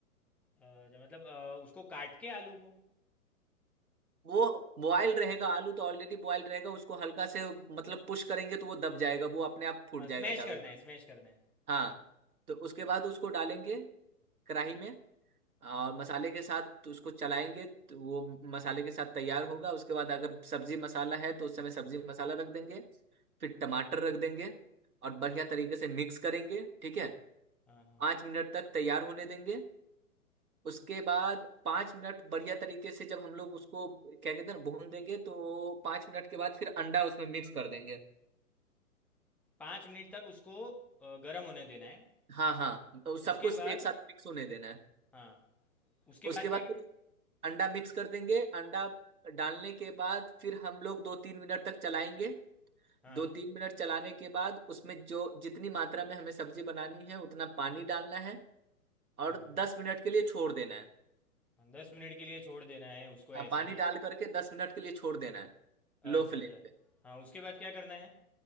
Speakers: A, in the centre; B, on the right.
A: अ, जो मतलब अ, उसको काट के आलू को
B: वो बॉयल रहेगा आलू तो ऑलरेडी बॉयल रहेगा उसको हल्का से मतलब पुश करेंगे तो वो दब जाएगा वो अपने आप फूट
A: हाँ
B: जाएगा
A: स्मैश
B: चारों
A: करना
B: तरफ।
A: है स्मैश करना है
B: हाँ तो उसके बाद उसको डालेंगे कढ़ाई में और
A: हाँ
B: मसाले के साथ तो उसको चलाएंगे तो वो मसाले के साथ तैयार होगा उसके बाद अगर सब्जी मसाला है तो उस समय सब्जी मसाला रख देंगे फिर टमाटर रख देंगे और बढ़िया तरीके से मिक्स करेंगे ठीक है
A: हाँ हाँ
B: पाँच मिनट तक तैयार होने देंगे उसके बाद पाँच मिनट बढ़िया तरीके से जब हम लोग उसको क्या कहते हैं ना भून देंगे तो पाँच मिनट के बाद फिर अंडा उसमें मिक्स कर देंगे
A: पाँच मिनट तक उसको अ, गर्म होने देना है
B: हाँ हाँ तो सब
A: उसके
B: कुछ
A: बाद
B: एक साथ मिक्स होने देना है
A: हाँ उसके बाद
B: उसके
A: क्या
B: बाद
A: करना
B: फिर अंडा मिक्स कर देंगे अंडा डालने के बाद फिर हम लोग दो तीन मिनट तक चलाएंगे
A: है हाँ
B: दो तीन मिनट चलाने के बाद उसमें जो जितनी मात्रा में हमें सब्जी बनानी है उतना पानी डालना है
A: हाँ
B: और
A: हाँ
B: दस मिनट के लिए छोड़ देना है
A: हाँ दस मिनट के लिए छोड़ देना है उसको
B: हाँ
A: ऐसे
B: पानी
A: ही
B: डाल करके दस मिनट के लिए छोड़ देना है लो
A: अच्छा
B: फ्लेम
A: अच्छा
B: पे।
A: हाँ उसके बाद क्या करना है